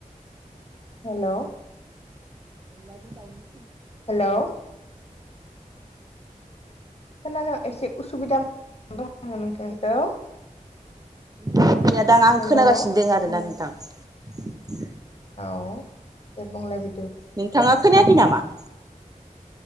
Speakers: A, on the left (about 45°); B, on the right (about 25°).
A: हेलौ
B: अनलाजों दाउजों।
A: हेलौ
B: <unintelligible>
A: खोनानायाव एसे उसुबिदा <inaudible> दङो नोंथांनिखौ
B: नेट गैया दां आं
A: हेलौ
B: खोनागासिनो दं आरोना नोंथां। <inaudible>
A: औ दे बुंलाय बि
B: नोंथाङा खोनायाखै नामा?